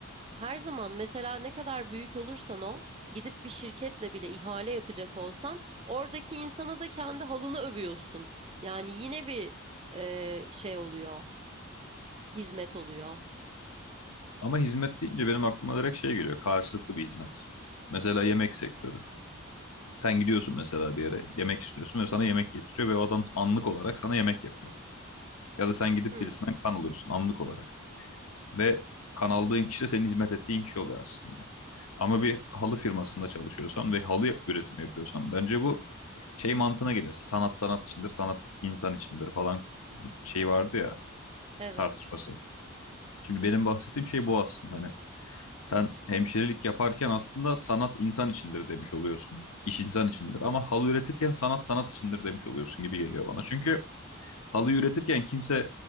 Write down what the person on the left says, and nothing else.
Ama hizmet deyince benim aklıma direkt şey geliyor. Karşılıklı bir hizmet. Mesela yemek sektörü. Sen gidiyorsun mesela bir yere yemek istiyorsun ve sana yemek getiriyor ve o adam anlık olarak sana yemek yapıyor. Ya da sen gidip
birisinden kan alıyorsun anlık olarak. Ve kanaldığın kişi de senin hizmet ettiğin kişi oluyor aslında. Ama bir halı firmasında çalışıyorsan ve halı üretimi yapıyorsan bence bu şey mantığına geliyor. Sanat sanat içindir, sanat insan içindir falan şey vardı ya
tartışması. Şimdi benim bahsettiğim şey bu aslında. Hani sen hemşirelik yaparken aslında sanat insan içindir demiş oluyorsun. İş insan içindir ama halı üretirken sanat sanat içindir demiş oluyorsun gibi geliyor bana. Çünkü halıyı üretirken kimse